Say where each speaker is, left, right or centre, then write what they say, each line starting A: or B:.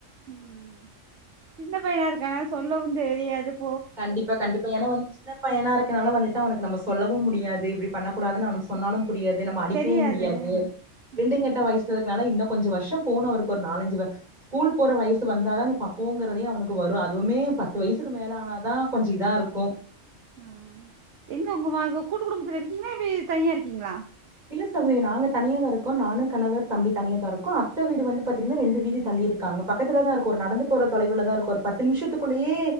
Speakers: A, on the right; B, on the right.
A: ம் ஆ சின்ன பையனா இருக்கானா சொல்லவு தெரியாது எதுக்
B: கண்டிப்பா கண்டிப்பா ஏனா வந்து சின்னப்பா இருக்கனால வந்துட்டு அவனுக்கு நம்ம சொல்லவு முடியாது இப்டி பண்ணக்கூடாது அவனுக்கு சொன்னாலு புரியாது நம்ம அடிக்கவு
A: தெரியாது
B: முடியாது ரெண்டு
A: ம்
B: கெட்டா வயசு க்குனால இன்னு கொஞ்சோ வர்ஷோ போனு ஒரு நாலஞ்சு வர் ஸ்கூல் போற வயசு வந்தாதா அந்த பக்குவங்கறதே அவனுக்கு வரு அதுவுமே பத்து வயசுக்கு மேல ஆன நா கொஞ்சு இதா இருக்கு
A: ஆ எங்க உங்க கூட்டு குடும்பத்துல இருக்கீங்களா எப்பிடி தனியா இருக்கீங்களா
B: இல்ல சகுதிரி நாங்க தனியா தா இருக்கோ நானு கணவர் தம்பி தனிய தா இருக்கோ அத்தை வீடு வந்து பாத்தீங்கன்னா ரெண்டு வீதி தள்ளிருக்காங்க பக்கத்துல தா இருக்கு ஒரு நடந்து போற தொலைவுல தா இருக்கு ஒரு பத்து நிமிஷத்துக்குள்ளயே